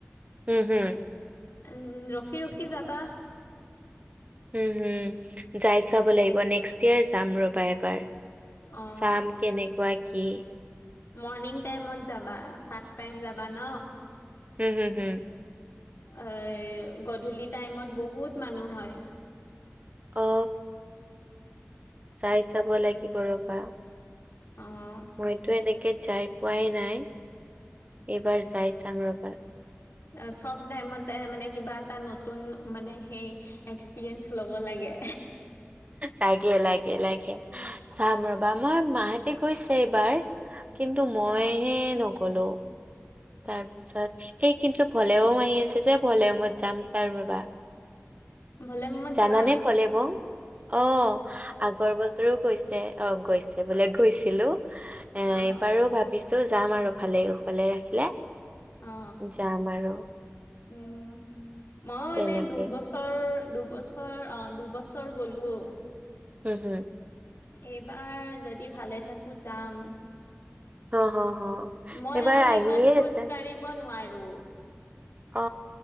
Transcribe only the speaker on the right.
উম হুম
উম হুম উচ্, যাই চাব লাগিব নেক্সট ইয়াৰ যাম ৰবা এবাৰ।
চাম কেনেকুৱা কি?
হুম, হুম, হুম।
অ যায় চাব লাগিব ৰবা
মইতো এনেকে যাই পোৱাই নাই এইবাৰ যাই চাম ৰবা
লাগে লাগে লাগে চাম ৰবা মই মাঁহতি গৈছে এইবাৰ- কিন্তু মইহে
নগলো। তাৰ পিছত এই কিন্তু ভলেৱম আহি আছে যে ভলেওমত যাম ছাও ৰবা
জানানে
ভলেবম অ আ কৰ্বলতৰো গৈছে অ গৈছে বোলে গৈছিলো এ
এইবাৰো ভাব- কিছো যাম আৰু ভালে কুশলে ৰাখিলে।
যাম আৰু।
তেনেকে
উম হুম।
হ হ হ
এইবাৰ
আহিয়ে
আছে।
অ